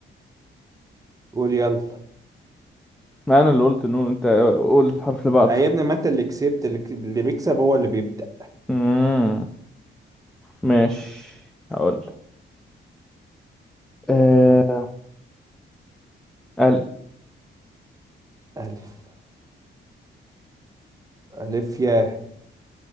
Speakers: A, on the right (about 15°); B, in the centre.
A: قول يلا
B: ما انا اللي قلت نون انت قول الحرف اللي بعده
A: آه يا ابني ما انت اللي كسبت اللي, ك- اللي بيكسب هو اللي بيبدأ
B: امم ماشي هقول أه...
A: مم.
B: الف
A: ألف ألف يا